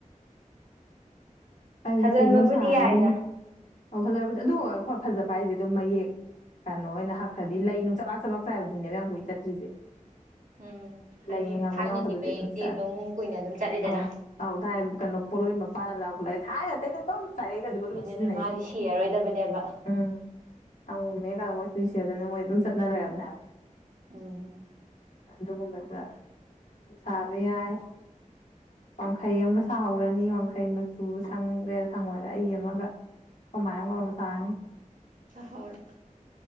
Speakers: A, on the left (about 75°); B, on the right (about 80°).
A: ꯑꯩꯁ
B: ꯁꯥꯖꯟꯕꯕꯨꯗꯤ
A: ꯄꯤꯡ ꯑꯃ ꯁꯥꯔꯅꯤ
B: ꯌꯥꯏꯗ
A: ꯑꯧ ꯐꯖꯔꯕꯗꯤ ꯑꯗꯨ ꯍꯣꯏ ꯐꯖꯕ ꯍꯥꯏꯁꯦ ꯑꯗꯨꯝ ꯃꯌꯦꯛ ꯀꯩꯅꯣ ꯑꯣꯏꯅ ꯍꯛꯈ꯭ꯔꯗꯤ ꯂꯩ ꯅꯨꯡ ꯆꯕꯥꯛ ꯆꯕꯥꯛ ꯆꯥꯏꯕꯗꯨꯅꯦꯕ ꯌꯥꯝ ꯀꯨꯏ ꯆꯠꯇ꯭ꯔꯤꯁꯦ
B: ꯎꯝ ꯍꯥꯏꯗꯤ
A: ꯂꯩ ꯅꯨꯡꯉ ꯑꯃ
B: ꯊꯥꯏꯅꯒꯤ
A: ꯌꯥꯎꯗꯕꯗꯤ
B: ꯃꯌꯦꯛꯇꯤ
A: ꯑꯗꯨꯝ ꯆꯠꯂꯦ
B: ꯑꯗꯨꯝ ꯀꯨꯏꯅ ꯑꯗꯨꯝ ꯆꯠꯂꯤꯗꯅ
A: ꯑꯥꯎ ꯑꯥꯎ ꯗꯥꯥꯏ ꯀꯩꯅꯣ ꯄꯣꯠꯂꯣꯏ ꯃꯄꯥꯟ ꯑꯃ ꯂ ꯂꯥꯏ ꯊꯥꯏ ꯍꯥꯏꯦꯅꯝ ꯆꯥꯏꯇꯗꯤꯕ ꯑꯗꯨꯝ
B: ꯑꯗꯨꯅꯦ
A: ꯁꯤꯖꯤꯟꯅꯩꯁꯦ
B: ꯃꯥꯗꯤ ꯁꯤꯔꯔꯣꯏꯗꯕꯅꯦꯕ
A: ꯎꯝ ꯑꯉꯝꯃꯦ ꯀꯥꯟꯗ ꯃꯣꯏꯁꯨꯁꯤꯗꯕꯅꯤ ꯃꯣꯏ ꯑꯗꯨꯝ ꯆꯠꯅꯔꯔꯕꯅꯦꯕ
B: ꯎꯝ
A: ꯑꯗꯨꯒꯒꯨꯝꯕꯒ ꯆꯥꯕ
B: ꯎꯝ
A: ꯌꯥꯏ ꯋꯥꯡꯈꯩ ꯑꯃꯒ ꯁꯥꯍꯧꯔꯅꯤ ꯋꯥꯡꯈꯩ ꯁꯨ ꯁꯪꯒꯦꯔꯥ ꯁꯪꯉꯣꯏꯗ ꯑꯩ ꯑꯃꯒ ꯍꯃꯥꯏ ꯑꯃꯒ ꯑꯃ ꯁꯥꯔꯅꯤ
B: ꯁꯍꯔ